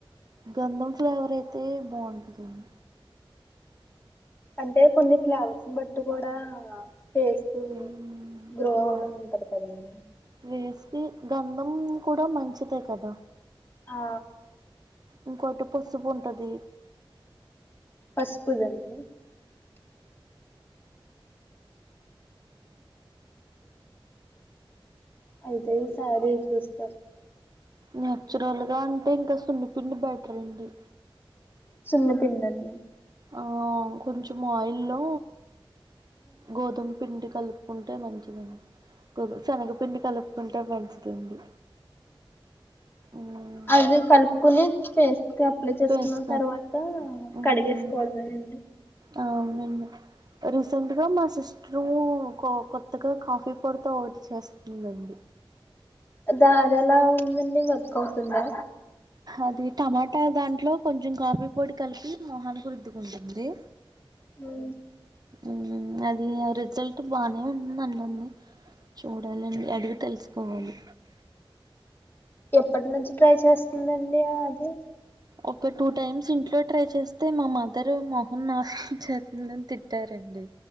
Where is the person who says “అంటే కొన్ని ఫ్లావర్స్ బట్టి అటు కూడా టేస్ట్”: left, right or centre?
Left